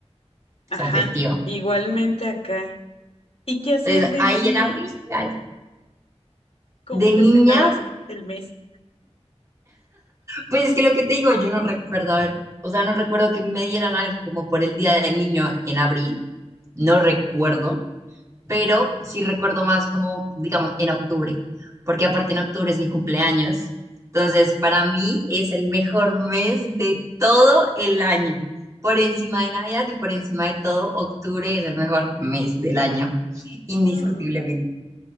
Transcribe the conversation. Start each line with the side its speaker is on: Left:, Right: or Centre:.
Left: Ajá,
Right: son festivos.
Left: igualmente acá. ¿Y qué hacías
Right: Entonces
Left: de
Right: ahí
Left: niña?
Right: en abril, ya,
Left: ¿Cómo
Right: de
Left: festejabas
Right: niña,
Left: el mes?
Right: pues es que lo que te digo, yo no recuerdo, a ver, o sea, no recuerdo que me dieran algo como por el Día del Niño en abril, no recuerdo, pero sí recuerdo más como, digamos, en octubre, porque aparte en octubre es mi cumpleaños. Entonces, para mí es el mejor mes de todo el año. Por encima de Navidad y por encima de todo, octubre es el mejor mes del año. indiscutiblemente.
Left: Ah.